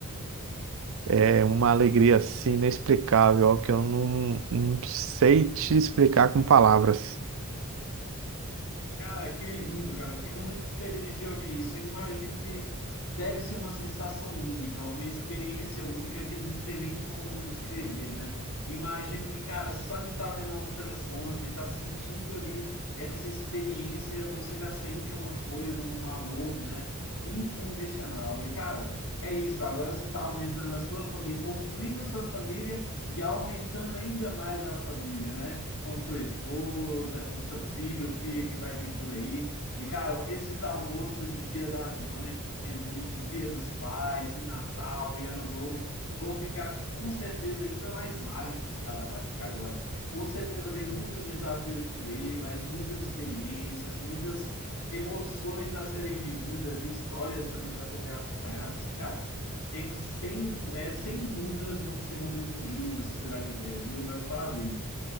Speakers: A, on the right (about 65°); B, on the left (about 75°).
A: é uma alegria assim inexplicável, ó, que eu não, não sei te explicar com palavras.
B: Cara, que lindo, cara. Eu fico muito feliz de ouvir isso. Eu imagino que deve ser uma sensação única, uma experiência única que não tem nem como descrever, né? Imagino que, cara, só de estar vendo a ultrassom, de estar sentindo ali essa experiência, você já sente uma coisa, um amor, né? Incondicional. E, cara, é isso. Agora você está aumentando a sua família, construindo a sua família e aumentando ainda mais a família, né? com sua esposa, com seu filho ou filha que vai vir por aí. E, cara, esses almoços de Dia das Mães e Dia dos Pais e Natal e Ano Novo vão ficar com certeza ainda mais mágicos, cara, a partir de agora. Com certeza vem muitos desafios por aí, mas muitas experiências, muitas emoções a serem vividas e histórias também para serem acompanhadas, que, cara, tenho sem, é, sem dúvidas vão ser momentos lindos que você vai viver, viu? Meus parabéns.